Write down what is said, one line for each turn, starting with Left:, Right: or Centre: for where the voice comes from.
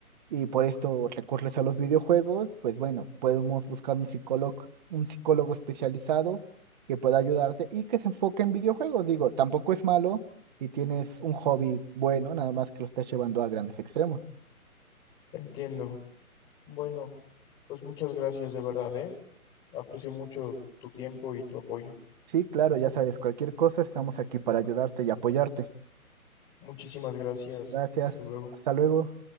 Right: y por esto recurres a los videojuegos, pues bueno, podemos buscar un psicólogo, un psicólogo especializado que pueda ayudarte y que se enfoque en videojuegos. Digo, tampoco es malo y tienes un hobby bueno, nada más que lo estás llevando a grandes extremos.
Left: Entiendo. Bueno, pues muchas gracias de verdad, ¿eh? Aprecio mucho tu tiempo y tu apoyo.
Right: Sí, claro, ya sabes, cualquier cosa, estamos aquí para ayudarte y apoyarte.
Left: Muchísimas gracias.
Right: Gracias,
Left: Hasta luego.
Right: hasta luego.